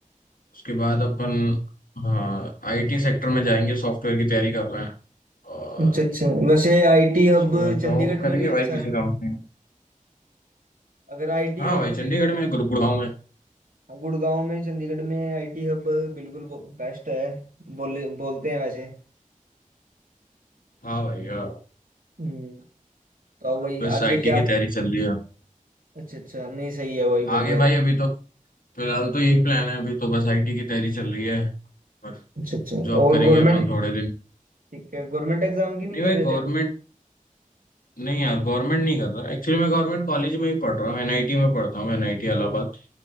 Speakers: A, on the left; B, on the right.
A: उसके बाद अपन हाँ आईटी सेक्टर में जाएंगे सॉफ्टवेयर की तैयारी कर रहे हैं और
B: अच्छा अच्छा वैसे आईटी हब
A: उसके बाद
B: चंडीगढ़
A: जॉब करेंगे
B: में भी अच्छा
A: भाई
B: है
A: किसी कंपनी में
B: अगर आईटी
A: हाँ
B: हब
A: भाई चंडीगढ़
B: देखना है
A: में गुरुगुड़गांव में
B: हाँ, गुड़गांव में चंडीगढ़ में आईटी हब बिल्कुल बेस्ट है बोले बोलते हैं वैसे
A: हाँ भाई हाँ
B: हम्म तो अब वही
A: बस
B: आगे
A: आईटी
B: क्या
A: की तैयारी चल रही है
B: अच्छा अच्छा नहीं सही है वही
A: आगे
B: बढ़िया
A: भाई
B: है
A: अभी तो फिलहाल तो यही प्लान है अभी तो बस आईटी की तैयारी चल रही है पर
B: अच्छा अच्छा
A: जॉब
B: और
A: करेंगे
B: गवर्नमेंट
A: अपन थोड़े दिन
B: ठीक है गवर्नमेंट एग्जाम की नहीं
A: नहीं
B: कर
A: भाई
B: रहे
A: गवर्नमेंट
B: थे अभी
A: नहीं यार गवर्नमेंट नहीं कर रहा एक्चुअली मैं गवर्नमेंट कॉलेज में ही पढ़ रहा हूँ एनआईटी में पढ़ता हूँ एनआईटी इलाहाबाद